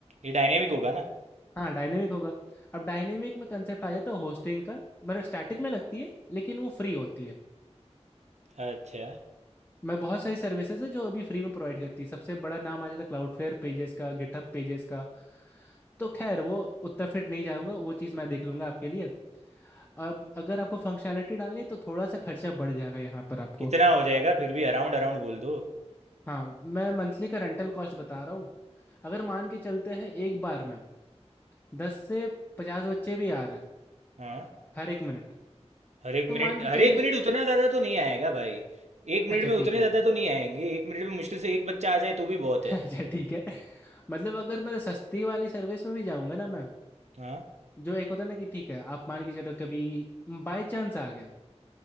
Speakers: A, on the right (about 80°); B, on the left (about 15°).
A: ये डायनेमिक होगा ना
B: हाँ डायनेमिक होगा अब डायनेमिक में कंसेप्ट आ जाता है होस्टिंग का मतलब स्टैटिक में लगती है लेकिन वो फ्री होती है
A: अच्छा
B: मैं बहुत सारी सर्विसेज है जो अभी फ्री में प्रोवाइड करती है सबसे बड़ा नाम आ जाता है क्लाउडफ्लेयर पेजेस का गिटहब पेजेस का तो खैर वो उतना फिर नहीं जाऊंगा वो चीज़ मैं देख लूंगा आपके लिए अब अगर आपको फंक्शनैलिटी डालनी है तो थोड़ा सा खर्चा बढ़ जाएगा यहाँ पर आपको
A: कितना हो जाएगा फिर भी अराउंड अराउंड बोल दो
B: हाँ मैं मंथली का रेंटल कॉस्ट बता रहा हूँ अगर मान के चलते हैं एक बार में दस से पचास बच्चे भी आ रहे हैं
A: हाँ
B: हर एक मिनट
A: हर एक
B: तो
A: मिनट
B: मान के
A: हर
B: चलिए
A: एक मिनट उतना ज़्यादा तो नहीं आएगा भाई एक मिनट
B: अच्छा
A: में
B: ठीक
A: उतने
B: है
A: ज़्यादा तो नहीं आएंगे एक मिनट में मुश्किल से एक बच्चा आ जाए तो भी बहुत
B: <laughs>
A: है
B: अच्छा ठीक है मतलब अगर मैं सस्ती वाली सर्विस में भी जाऊंगा ना मैं
A: हाँ
B: जो एक होता है ना कि ठीक है आप मान के चलो कभी बाय चांस आ गया